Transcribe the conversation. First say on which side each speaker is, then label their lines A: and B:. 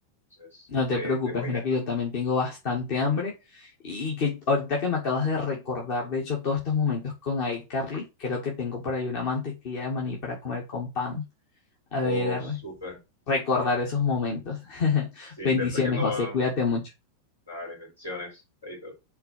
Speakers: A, on the left; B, on the left.
A: Entonces,
B: No te
A: te,
B: preocupes,
A: te voy
B: mira
A: dejando.
B: que yo también tengo bastante hambre y que ahorita que me acabas de recordar, de hecho, todos estos momentos con iCarly, creo que tengo por ahí una mantequilla de maní para comer con pan. A
A: Oh,
B: ver,
A: súper.
B: recordar esos momentos. <laughs>
A: Sí,
B: Bendiciones,
A: después que no...
B: José, cuídate mucho.
A: Dale, bendiciones. Chaito.